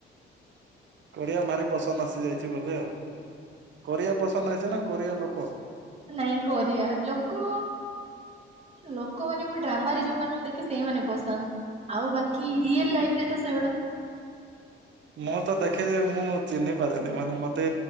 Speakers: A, on the right (about 65°); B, on the right (about 30°).
A: କୋରିଆ ଭାରି ପସନ୍ଦ୍ ଆସିଯାଇଚି ବୋଧେ ଆଉ କୋରିଆ ପସନ୍ଦ ହେଇଚି ନା କୋରିଆ ଲୋକ।
B: ନାଇଁ କୋରିଆ ଲୋକ ଲୋକମାନେ ମୁଁ ଡ୍ରାମା ରେ ଯୋଉ ମାନଙ୍କୁ ଦେଖେ ସେଇମାନେ ପସନ୍ଦ୍। ଆଉ ବାକି ରିଏଲ ଲାଇଫ୍ ରେ ତ ସେଗୁଡା
A: ମୁଁ ତ ଦେଖେ ଯେ ମୁଁ ଚିହ୍ନି ପାରେନି ମାନେ ମତେ